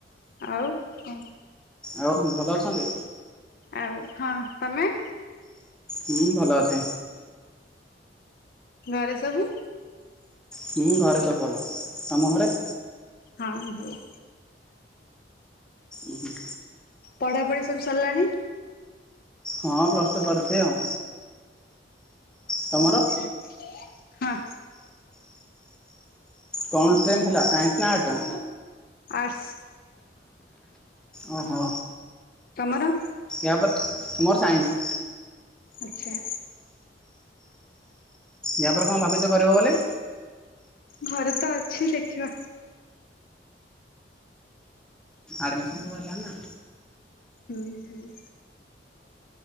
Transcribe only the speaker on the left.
ଆଉ କଣ?
ଆଉ ହଁ ତମେ?
ଘରେ ସବୁ?
ହଁ ଭଲ।
ପଢ଼ାପଢ଼ି ସବୁ ସରଲାଣି?
ଉଁ ହୁଁ, ହଁ।
ଆର୍ଟ୍ସ।
ତମର?
ଆଚ୍ଛା।
ଘରେ ତ ଅଛି ଦେଖିବା।
ହୁଁ ହୁଁ।